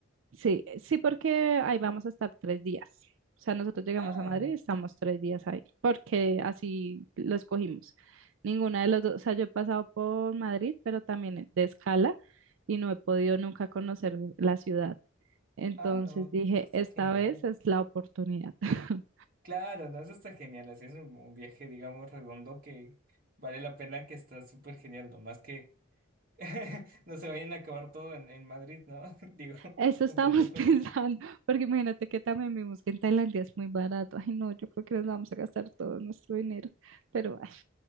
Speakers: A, on the right (about 75°); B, on the right (about 45°).
A: Sí, sí, porque ahí vamos a estar tres días. O sea, nosotros llegamos
B: Ah,
A: a Madrid y estamos tres días ahí, porque así lo escogimos. Ninguna de los dos, o sea, yo he pasado por Madrid, pero también de escala y no he podido nunca conocer la ciudad. Entonces
B: ah, no,
A: dije,
B: eso está
A: esta
B: genial.
A: vez es la oportunidad. <laughs>
B: Claro, no, eso está genial. Así es un, un viaje, digamos, redondo que vale la pena, que está súper genial, nomás que <laughs> No se vayan a acabar todo en, en Madrid, ¿no? <laughs> Digo,
A: Eso
B: comprando
A: estábamos
B: cosas.
A: <laughs> pensando, porque imagínate que también vimos que en Tailandia es muy barato. Ay, no, yo creo que nos vamos a gastar todo nuestro dinero, pero ay,